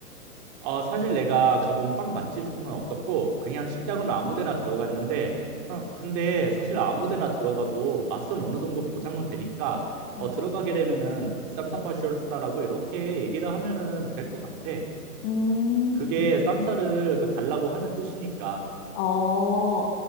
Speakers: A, on the right; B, on the left.
A: 어, 사실 내가 가본 빵 맛집은 없었고, 그냥 식당은 아무 데나 들어갔는데, 어, 근데 사실 아무 데나 들어가도 맛은 어느 정도 보장은 되니까, 어,
B: 응.
A: 들어가게 되면은 쌈싸파쇼스타라고 이렇게 얘기를 하면은 될 것 같아.
B: 음,
A: 그게 쌈싸를 그 달라고 하는 뜻이니까.
B: 어,